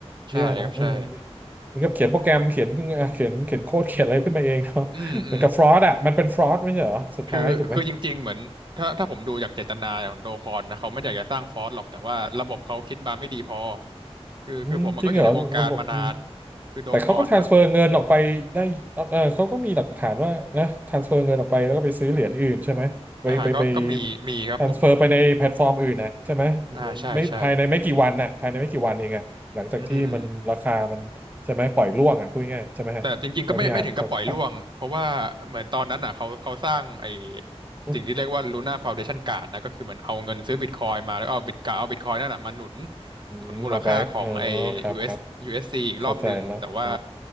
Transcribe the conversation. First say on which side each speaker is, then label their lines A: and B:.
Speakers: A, on the right; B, on the right.
A: ใช่ครับใช่
B: แย่เนาะเอออันนี่เหมือนกับเขียนโปรแกรมเขียนขึ้นอ่ะเขียนเขียนโค้ดเขียนอะไรขึ้นมาเองเนาะเหมือนกับฟรอดอะมันเป็นฟรอดไม่ใช่เหรอสุดท้ายถูกไหม
A: อืมอืม คือคือจริงๆเหมือนถ้าถ้าผมดูจากเจตนาของโดคอนนะเขาไม่อยากจะสร้างฟอร์สหรอกแต่ว่าระบบเขาคิดมาไม่ดีพอคือคือผมอะก็อยู่ในวงการมานาน
B: อืมจริงเหรอระบบ
A: คือโดคอนเนี่ยโห
B: แต่เขาก็ transfer เงินออกไปได้เออเออเขาก็มีหลักฐานว่านะ transfer เงินออกไปแล้วก็ไปซื้อเหรียญอื่นใช่ไหมไปไปไป
A: อ่าก็ก็มีมีครับผม
B: transfer ไปในแพลตฟอร์มอื่นนะใช่ไหม
A: อ่าใช่ใช่
B: ไม่ภายในไม่กี่วันนะภายในไม่กี่วันเองอะหลังจากที่มันราคามันใช่ไหมปล่อยร่วงอะพูดง่ายๆใช่ไหมฮะเท่าที่อ่านคร่าว
A: อืม แต่จริงๆก็ไม่ไม่ถึงกับปล่อยร่วงเพราะว่าเหมือนตอนนั้นอ่ะเขาเขาสร้างไอ้
B: ๆ <laughs>
A: สิ่งที่เรียกว่า Luna Foundation Card นะก็คือเหมือนเอาเงินซื้อบิตคอยมาแล้วเอาบิตกะเอาบิตคอยนั่นอ่ะมาหนุน
B: อืมมาแบ็กเออ
A: หนุนมูลค่าของไอ้
B: ครับครับ
A: US USC อสยูเอสซีอีกรอบนึงแต่ว่า
B: เข้าใจแล้วอ๋อ